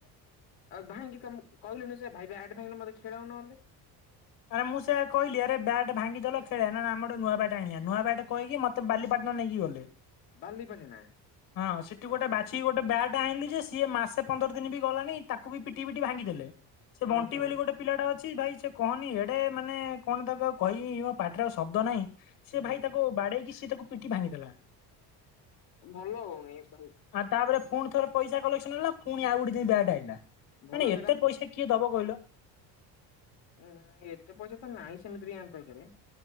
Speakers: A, on the left (about 75°); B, on the left (about 60°).
A: ଆଉ ଭାଇଙ୍କି ତମ କହିଲୁନି ଯେ ଭାଇ ବ୍ୟାଟ ପାଇ ମତେ ଖେଳ ନହେଲେ
B: ଆରେ ମୁଁ ସେୟା କହିଲି ଆରେ ବ୍ୟାଟ ଭାଙ୍ଗିଦେଲ ଖେଳଆ ନା ଆମେ ଗୋଟେ ନୂଆ ବ୍ୟାଟ ଆଣିବା ନୂଆ ଦ୍ୟଟ କହିକି ମତେ ବାଲିପାଟଣା ନେଇକି ଗଲେ।
A: ବାଲି ପାଟଣା
B: ହଁ ସେଠି
A: ହଁ
B: ଗୋଟେ ବାଛି କି ଗୋଟେ ବ୍ୟାଟ ଏଟା ଆଣିଲୁ ଯେ ସିଏ ମାସେ ପନ୍ଦର ଦିନ ବି ଗଲାଣି ତାକୁ ବି ପିଟି ପିଟି ଭାଙ୍ଗିଦେଲେ। ସେ ବଣ୍ଟି
A: ଓହୋ
B: ବୋଲି ଗୋଟେ ପିଲାଟା ଅଛି ଭାଇ ସେ କହନି ଏଡେ ମାନେ କଣ ତାକୁ କହିବି ପାଟିର ଶବ୍ଦ ନାହିଁ ସେ
A: ହୁଁ
B: ଭାଇ ତାକୁ ବାଡେଇକି? ତାକୁ ପିଟି ଭାଙ୍ଗିଦେଲା।
A: ଭଲ ହଉନି ଭାଇ।
B: ଆଉ ତାପରେ ପୁଣି ଥରେ ପଇସା କଲେକ୍ସନ ହେଲା ପୁଣି ଆଉ ଗୋଟେ ଦେଇ ବ୍ୟାଟ୍ ଆଇଲା
A: ଭଲ
B: ମାନେ
A: ସେଇଟା
B: ଏତେ
A: ନାଇଁ
B: ପଇସା କିଏ ଦବ କହିଲ।
A: ନାଇଁ ଏତେ ପଇସା ତ ନାହିଁ ସେମିତି ବି ଆମ ପାଖରେ।